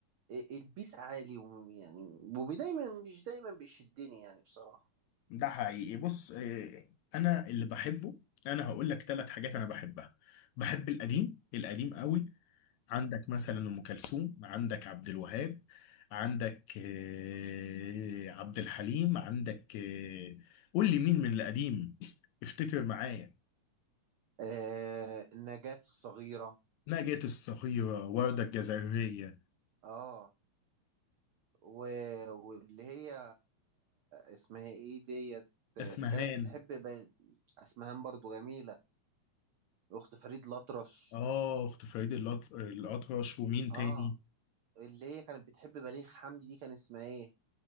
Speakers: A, on the right (about 80°); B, on the left (about 75°).
A: البيس عالي ويعني ودايما مش دايما بيشدني يعني بصراحة
B: ده حقيقي بص آه، انا اللي بحبه انا هقول لك ثلاث حاجات انا بحبها بحب القديم القديم قوي عندك مثلا ام كلثوم عندك عبد الوهاب عندك آه، عبد الحليم عندك آه، قول لي مين من القديم افتكر معايا
A: آه النجاة الصغيرة
B: نجاة الصغيرة وردة الجزائرية
A: اه و... واللي هي اسمها ايه ديت اللي
B: اسمهان
A: كانت بتحب ب... اسمها برضو جميلة أخت فريد الأطرش
B: اه اخت فريد الأط- الأطرش ومين
A: اه
B: تاني
A: اللي هي كانت بتحب بليغ حمدي دي كان اسمها ايه